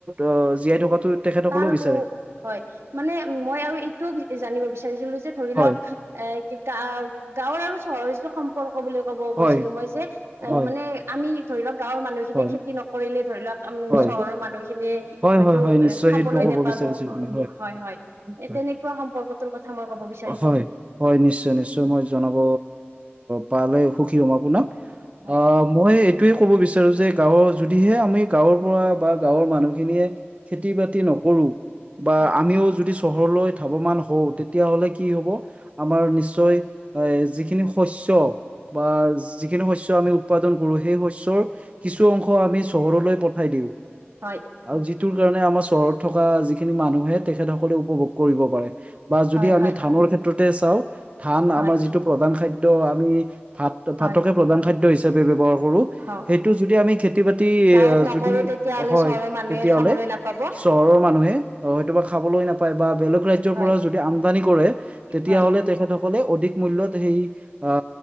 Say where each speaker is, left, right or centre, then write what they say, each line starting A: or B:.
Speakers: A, on the right (about 30°); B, on the right (about 80°).
A: অ জীয়াই থকাাতো তেখেতসকলেও
B: তাৰ
A: বিচাৰে
B: উ হয়, মানে মই আৰু এইটোও জানিব বিচাৰিছিলো যে ধৰি
A: হয়
B: লওক এ গগাঁৱৰ আৰু চহৰৰ যিটো সম্পৰ্ক বুলি ক'ব গৈছিলো,
A: হয়
B: মই যে
A: হয়
B: মানে আমি ধৰি লওক, গাঁৱৰ মানুহখিনিয়ে
A: হয়
B: খেতি নকৰিলে ধৰি লওক
A: হয়,
B: চহৰৰ মানুহখিনিয়ে
A: হয়,
B: হয়তো
A: হয়, হয়,
B: এ
A: নিশ্চয়
B: খাবলৈ
A: সেইটো ক'ব
B: নোপাব,
A: বিচাৰিছো আপুনি
B: অ', হয় হয় এ
A: হয়।
B: তেনেকুৱা সম্পৰ্কটোৰ কথা মই কব বিচাৰো
A: হয়, হয়, নিশ্চয়, নিশ্চয়, মই জনাব পালে সুখী হম আপোনাক
B: হয়
A: অ', মই এইটোয়ে ক'ব বিচাৰো যে, গাঁৱৰ যদিহে আমি গাঁৱৰ পৰা বা গাঁৱৰ মানুহখিনিয়ে খেতি বাতি নকৰো, বা
B: হয়
A: আমিও যদি চহৰলৈ ধাৱমান হওঁ তেতিয়াাহলে কি হব আমাৰ নিশ্চয় এ যিখিনি শস্য বা যিখিনি শস্য আমি উৎপাদন কৰো, সেই শস্য কিছু অংশ আমি চহৰলৈ পঠাই দিও
B: হয়,
A: আৰু যিটোৰ কাৰণে, আমাৰ চহৰত থকা যিখিনি মানুহে তেখেতসকলে উপভোগ কৰিব পাৰে বা যদি
B: হয়
A: আমি
B: হয়
A: ধানৰ ক্ষেত্ৰতে চাওঁ, ধান
B: হয়
A: আমাৰ যিটো প্ৰধান খাদ্য আমি ভাত,
B: হয়
A: ভাতকে প্ৰধান খাদ্য হিচাপে ব্যৱহাৰ কৰোঁ
B: হয়
A: সেইটো যদি আমি খেতি বাতি
B: গাঁৱত নকৰো
A: যদি
B: তেতিয়াহ'লে
A: হয়,
B: চহৰৰ মানুহে
A: তেতিয়াাহলে
B: খাবলৈ নাপাব
A: চহৰৰ মানুহে অ', খাবলৈ নাপায় বা বেলেগ ৰাজ্যৰ
B: হয়
A: পৰাও যদি আমদানি কৰে তেতিয়াহ'লে
B: হয়
A: তেখেত সকলে অধিক মুল্য হেৰি আ